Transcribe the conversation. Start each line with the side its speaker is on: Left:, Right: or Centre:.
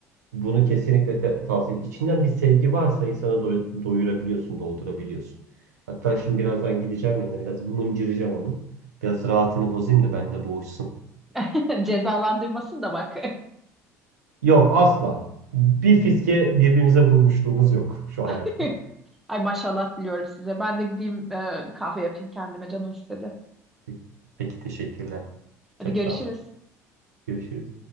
Right: Bunu kesinlikle te- tavsiye. İçinden bir sevgi varsa insanı doy- doyurabiliyorsun, doldurabiliyorsun. Hatta şimdi birazdan gideceğim yanına biraz mıncıracağım onu. Biraz rahatını bozayım da benimle boğuşsun.
Centre: <laughs> Cezalandırmasın da bak.
Right: Yok asla. Bir fiske birbirimize vurmuşluğumuz yok şu
Centre: <laughs>
Right: hayatta.
Centre: Ay maşallah diliyorum size. Ben de gideyim e, kahve yapayım kendime canım istedi.
Right: Peki, peki teşekkürler.
Centre: Hadi
Right: Çok
Centre: görüşürüz.
Right: sağ ol. Görüşürüz.